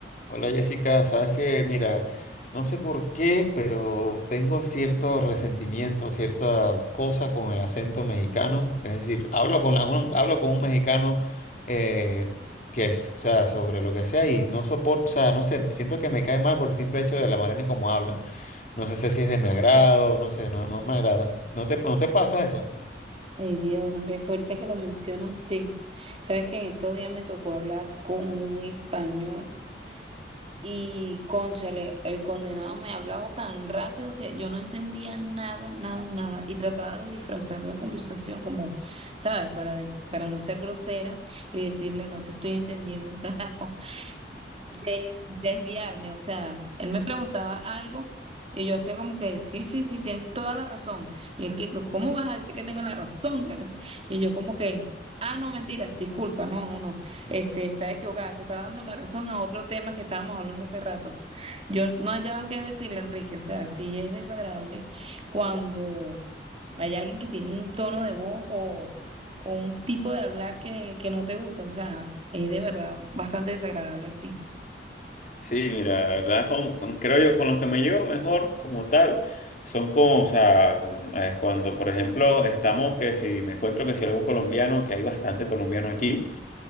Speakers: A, on the left; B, on the right.
A: Hola Jessica, sabes que, mira, no sé por qué, pero tengo cierto resentimiento, cierta cosa con el acento mexicano. Es decir, hablo con, la- un, hablo con un mexicano eh, que es, o sea, sobre lo que sea y no soporto, o sea, no sé, siento que me cae mal por el simple hecho de la manera en cómo hablan. No sé si es de mi agrado, no sé, no, no me agrada. ¿No te, no te pasa eso?
B: Ay, Dios, Andrés, que ahorita que lo mencionas, sí. Sabes que en estos días me tocó hablar con un español y, cónchale, el condenado me hablaba tan rápido que yo no entendía nada, nada, nada. Y trataba de disfrazar la conversación como, ¿sabes? Para, des- para no ser grosera y decirle, no te estoy entendiendo un <laughs> carajo de desviarme. O sea, él me preguntaba algo y yo hacía como que, sí, sí, sí, tienes toda la razón. Y él que, ¿cómo vas a decir que tengo la razón? que no Y yo como que, ah, no, mentira, disculpa, no, no, no. Este, está equivocada, te está dando la razón a otro tema que estábamos hablando hace rato. Yo no hallaba qué decirle, Enrique. O sea, sí es desagradable cuando hay alguien que tiene un tono de voz o... o un tipo de hablar que, que no te gusta, o sea, es de verdad bastante desagradable así.
A: Sí, mira, la verdad, con, con- creo yo, con los que me llevo mejor como tal, son como, o sea, con- eh, cuando, por ejemplo, estamos, que si me encuentro que si algún colombiano, que hay bastante colombiano aquí,